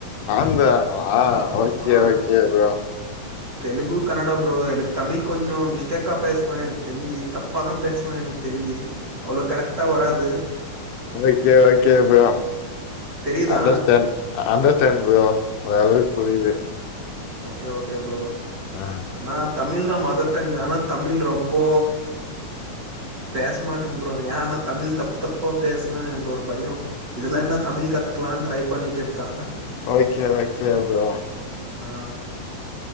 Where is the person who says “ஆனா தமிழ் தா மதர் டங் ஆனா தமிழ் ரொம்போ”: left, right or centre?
Right